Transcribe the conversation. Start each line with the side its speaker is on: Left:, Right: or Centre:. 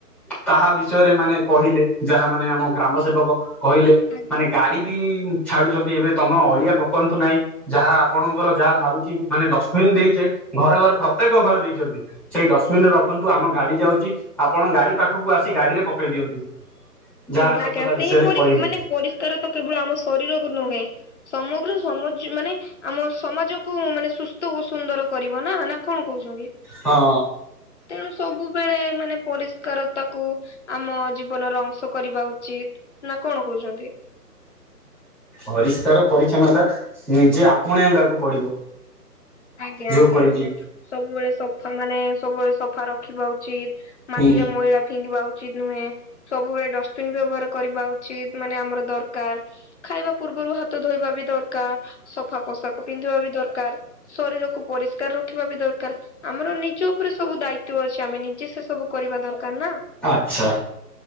Centre: ତାହା ବିଷୟରେ ମାନେ କହିଲେ ଯାହା ମାନେ ଆମ ଗ୍ରାମ ସେବକ କହିଲେ
Left: ଆଜ୍ଞା
Centre: ମାନେ ଗାଡି କି ଛାଡୁଚନ୍ତି ଏବେ ତମ ଅଳିଆ ପକାନ୍ତୁ ନାହିଁ। ଯାହା ଆପଣଙ୍କର ଯାହା ବାହାରୁଚି, ମାନେ ଡଷ୍ଟବିନ୍ ଦେଇଚେ, ଘରେ ଘରେ ପ୍ରତ୍ୟେକ ଘରେ ଦେଇଚନ୍ତି। ସେଇ ଡଷ୍ଟବିନ୍
Left: ଆଜ୍ଞା।
Centre: ରେ ରଖନ୍ତୁ, ଆମ ଗାଡି ଯାଉଚି, ଆପଣ ଗାଡି ପାଖକୁ ଆସି ଗାଡିରେ ପକେଇ ଦିଅନ୍ତୁ। ଯାହା
Left: ହୁଁ
Centre: ସ୍ୱଚ୍ଛତା
Left: ଆଜ୍ଞା, ସେହିପରି,
Centre: ବିଷୟରେ କହିଲେ
Left: ମାନେ ପରିଷ୍କାର ତ କେବଳ ଆମ ଶରୀରକୁ ନୁହେଁ? ସମଗ୍ର ସମଜ୍ୟ - ମାନେ ଆମ ସମାଜକୁ ମାନେ ସୁସ୍ଥ ଓ ସୁନ୍ଦର କରିବ ନା, ନା କଣ କହୁଚନ୍ତି?
Centre: ହଁ।
Left: ତେଣୁ ସବୁବେଳେ ମାନେ ପରିଷ୍କାରତା କୁ, ଆମ ଜୀବନର ଅଂଶ କରିବା ଉଚିତ୍। ନା କଣ କହୁଚନ୍ତି?
Centre: ପରିଷ୍କାର ପରିଚ୍ଛନ୍ନତା ନିଜେ ଆପଣେଇବାକୁ ପଡିବ।
Left: ଆଜ୍ଞା
Centre: ଯୋଉପରି
Left: ଆଜ୍ଞା,
Centre: କିି
Left: ସବୁବେଳେ ସଫା ମାନେ ସବୁବେଳେ ସଫା ରଖିବା ଉଚିତ୍, ମାଟିରେ
Centre: ହୁଁ
Left: ମଇଳା ଫିଙ୍ଗିବା ଉ ଉଚିତ୍ ନୁହେଁ, ସବୁବେଳେ ଡଷ୍ଟବିନ୍ ବ୍ୟବହାର କରିବା ଉଚିତ୍, ମାନେ ଆମର ଦରକାର୍। ଖାଇବା ପୂର୍ବରୁ ହାତ ଧୋଇବା ବି ଦରକାର୍, ସଫା ପୋଷାକ ପିନ୍ଧିବା ବି ଦରକାର୍। ଶରୀରକୁୁ ପରିଷ୍କାର ରଖିବା ବି ଦରକାର୍, ଆମର ନିଜ ଉପରେ ସବୁ ଦାୟିତ୍ଵ ଅଛି, ଆମେ ନିଜେ ସେ ସବୁ କରିବା ଦରକାର୍ ନା?
Centre: ଆଛା।